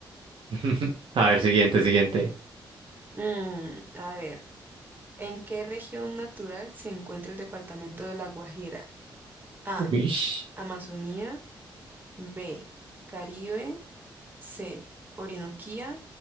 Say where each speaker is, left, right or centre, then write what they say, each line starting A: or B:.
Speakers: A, on the right; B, on the right.
A: <laughs> A ver, siguiente, siguiente.
B: Mm, a ver, ¿en qué región natural se encuentra el departamento de La Guajira? A,
A: Uish.
B: Amazonía. B, Caribe, C, Orinoquía,